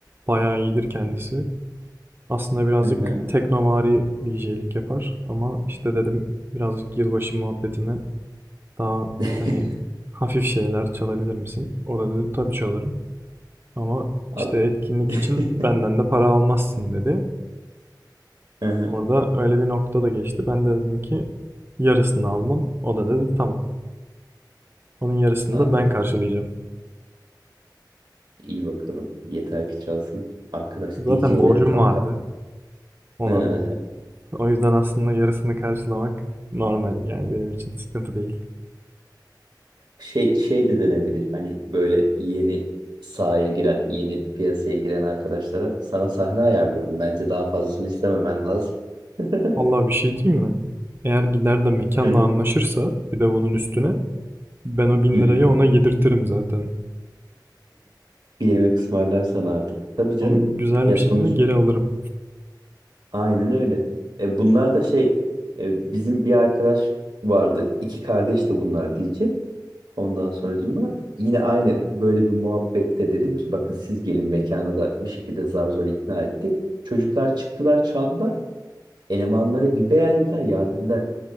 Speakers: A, on the right (about 30°); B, on the right (about 75°).
A: Bayağı iyidir kendisi. Aslında birazcık
B: hı hı.
A: teknovari DJ'lik yapar ama işte dedim birazcık yılbaşı muhabbetine daha
B: <laughs>
A: hani hafif şeyler çalabilir misin? O da dedi tabii çalarım. Ama
B: Abi,
A: işte etkinlik
B: <laughs>
A: için benden de para almazsın dedi.
B: hı hı.
A: Orada öyle bir nokta da geçti. Ben de dedim ki yarısını almam. O da dedi tamam. Onun yarısını
B: Anladım.
A: da ben karşılayacağım.
B: İyi bakalım. Yeter ki çalsın. Arkadaş
A: Zaten
B: DJ'lere
A: borcum
B: talka...
A: vardı ona.
B: <laughs>
A: O yüzden aslında yarısını karşılamak normal yani benim için sıkıntı değil.
B: Şey, şey de denebilir. Hani böyle yeni sahaya giren, yeni piyasaya giren arkadaşlara sana sahne ayarlıyorum. Bence daha fazlasını istememen lazım. <laughs>
A: Vallahi bir şey diyeyim mi? Eğer gider de mekanla
B: Hı.
A: anlaşırsa bir de bunun üstüne ben o bin
B: Hı
A: lirayı
B: hı.
A: ona yedirtirim zaten.
B: Bir yemek ısmarlar sana artık. Tabii canım.
A: Onu güzel
B: Ya
A: bir
B: sonuç
A: şekilde geri alırım.
B: aynen öyle. E, bunlar da şey e, bizim bir arkadaş vardı. İki kardeş de bunlar diyecek. Ondan sonracığıma yine aynı böyle bir muhabbette dedim ki bakın siz gelin mekana da bir şekilde zar zor ikna ettik. Çocuklar çıktılar çaldılar. Elemanları bir beğendiler ya dediler